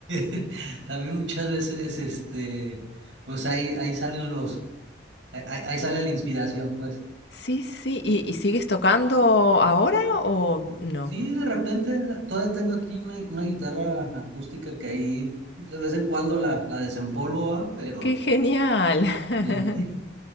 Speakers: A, on the right (about 80°); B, on the left (about 60°).
A: <laughs> también muchas veces, este, pues ahí, ahí salen los Ahí, ahí- ahí sale la inspiración, pues.
B: Sí, sí, sí. ¿Y, y sigues tocando ahora o no?
A: Sí, de repente todavía tengo aquí una, una guitarra acústica que ahí pues, de vez en cuando la, la desempolvo, ¿va? Pero
B: Qué genial. <laughs>
A: sí,